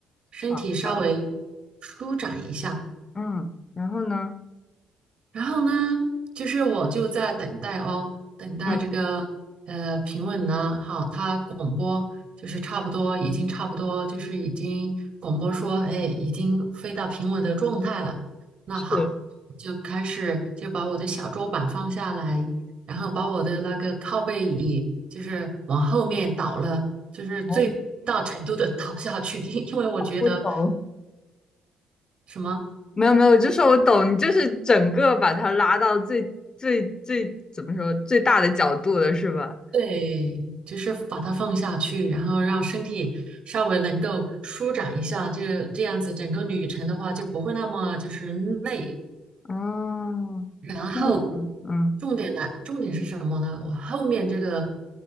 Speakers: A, on the right; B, on the left.
A: 身体稍微舒展一下。
B: 好的。嗯，然后呢？
A: 然后呢，就是我就在等待哦，等待这个呃平稳呢，
B: 嗯，
A: 好，他广播就是差不多，已经差不多，就是已经广播说，哎，已经飞到平稳的状态了。那好，
B: 是，
A: 就开始就把我的小桌板放下来，然后把我的那个靠背椅就是往后面倒了，就是最大程度的倒下去，
B: 哦，
A: 因因为我觉得
B: 我懂。
A: 什么。
B: 没有没有，我就说我懂，你就是整个把它拉到最最最怎么说最大的角度了，是吧？
A: 对，就是把它放下去，然后让身体稍微能够舒展一下，这这样子整个旅程的话就不会那么就是累。
B: 哦，
A: 然后
B: 然后呢？嗯
A: 重点来，重点是什么呢？我后面这个